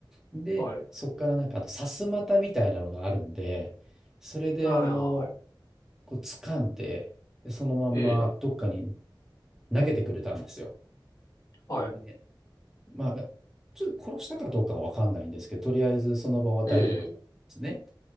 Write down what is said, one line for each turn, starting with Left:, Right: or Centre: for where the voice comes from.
Centre: で、
Left: はい。
Centre: そこからなんかあの、さすまたみたいなのがあるんで、それであの、
Left: ああ、
Centre: こう掴んで、でそのまんまどっかに
Left: ええ、
Centre: 投げてくれたんですよ。
Left: はい。
Centre: で、まあ、ちょっと殺したかどうかはわかんないんですけど、とりあえずその場は大丈夫なんですね。
Left: ええ